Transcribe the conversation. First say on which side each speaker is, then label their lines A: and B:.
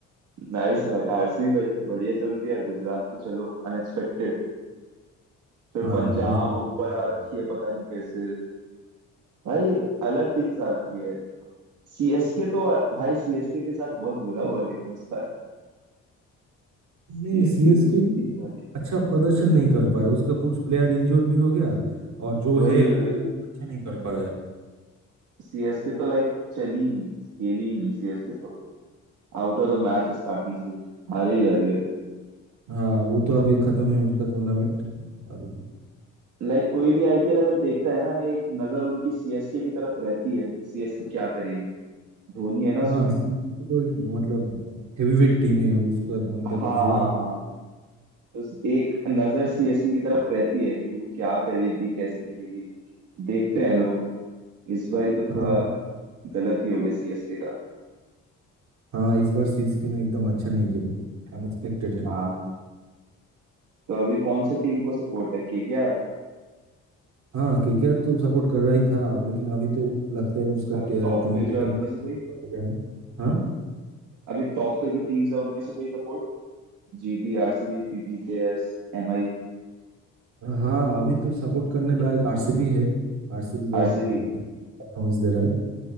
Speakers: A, on the right; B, on the right.
A: नाइस भाई आरसीबी बढ़िया चल रही है गुजरात तो चलो अनएक्सपेक्टेड फिर
B: हाँ
A: पंजाब
B: गुजरात
A: ऊपर
B: कैपिटल।
A: आ रखी है पता नहीं कैसे भाई अलग टीम्स आ रखी है सीएसके तो भाई सीएसके के साथ बहुत बुरा हुआ लेकिन इस बार सीएसके
B: नहीं सीएसके
A: तो जीत ही नहीं पा रही
B: अच्छा प्रदर्शन नहीं कर पाया उसका कुछ प्लेयर इंजर्ड भी हो गया और जो
A: वही
B: है वो,
A: वही
B: वो अच्छा नहीं कर पा रहा है
A: सीएसके तो लाइक चली नहीं खेली नहीं सीएसके तो out of the match starting से ही हार ही जा रही है
B: हाँ वो तो अभी खत्म है उसका टूर्नामेंट अभी
A: लाइक कोई भी आईपीएल अगर देखता है ना एक नजर उनकी सीएसके की तरफ रहती है कि सीएसके क्या करेगी धोनी है ना
B: हाँ
A: उसमें
B: सीएसके तो एक, मतलब हेवीवेट टीम है उसका मतलब
A: हाँ हाँ
B: एक जोड़ है
A: हाँ। तो एक नजर सीएसके की तरफ रहती है कि वो क्या करेगी कैसे करेगी देखते हैं लोग इस बार तो थोड़ा
B: हाँ
A: गलत ही हो गया सीएसके का
B: हाँ इस बार सीएसके ने एकदम अच्छा नहीं किया अनएक्सपेक्टेड है
A: हाँ हाँ। तो अभी कौन से टीम को सपोर्ट है केकेआर
B: हाँ केकेआर तो सपोर्ट कर रहा ही था लेकिन अभी तो लगता है उसका
A: अभी
B: टूर्नामेंट
A: टॉप पे जो है उनमें से कोई
B: हो गया है। हाँ
A: अभी टॉप पे जो टीम्स है उनमें से कोई support GT RCB PPKS MI
B: हाँ अभी तो सपोर्ट करने लायक आरसीबी है आरसीबी बहुत
A: RCB
B: परफॉर्मेंस दे रहा है